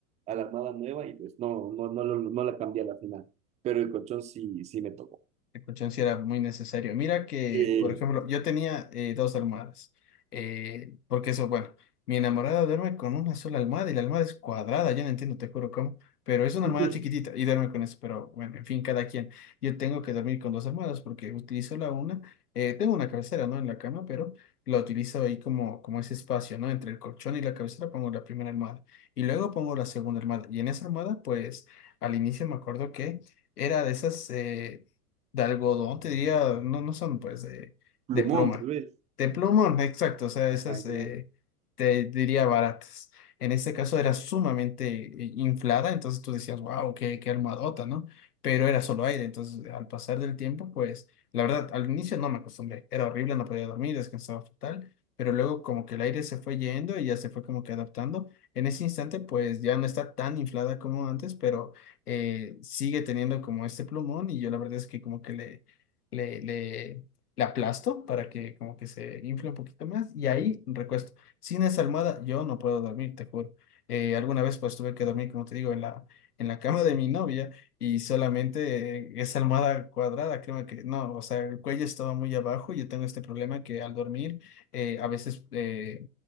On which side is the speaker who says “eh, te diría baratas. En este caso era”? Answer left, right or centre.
Left